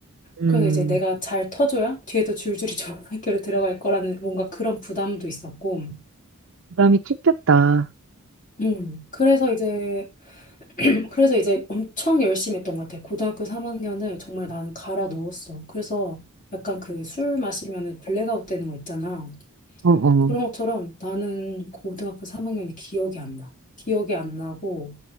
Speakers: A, on the right (about 60°); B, on the left (about 35°).
A: 음.
B: 그래서 이제 내가 잘 터줘야 뒤에도 줄줄이 <laughs> 좋은 학교를 들어갈 거라는 뭔가 그런 부담도 있었고.
A: 부담이 컸겠다.
B: 음, 그래서 이제, 그래서 이제 엄청 열심히 했던 것 같아. 고등학교 3학년을 정말 나는 갈아 넣었어. 그래서 약간 그 술 마시면은 블랙아웃 되는 거 있잖아.
A: 어, 어.
B: 그런 것처럼 나는 고등학교 3학년이 기억이 안 나. 기억이 안 나고